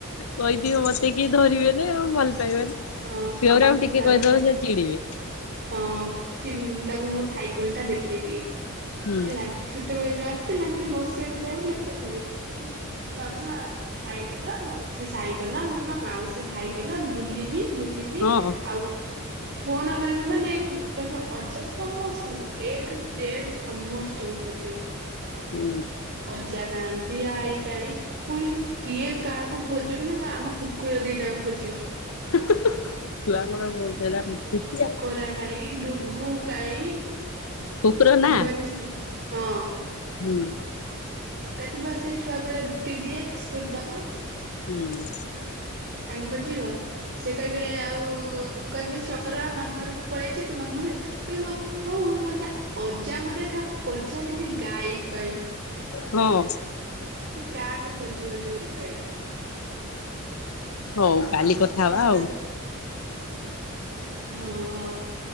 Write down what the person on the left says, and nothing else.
କହିଦିଅ ମ ତେ କିଏ ଧରିବେନି ଆଉ କହିବନି
ଛୁଆରାଙ୍କୁ ଟିକେ
କହିଦବ ସେ ଚିଡ଼ିବେ
ହୁଁ
ହଁ
ହୁଁ
ଛୁଆଲୋକ ସେଇରା ଖୁସି ଆଉ
କୁକୁର ନାଁ
ହୁଁ।
ହୁଁ।
ହଁ।
ହଉ କାଲି
କଥା ହବା
ଆଉ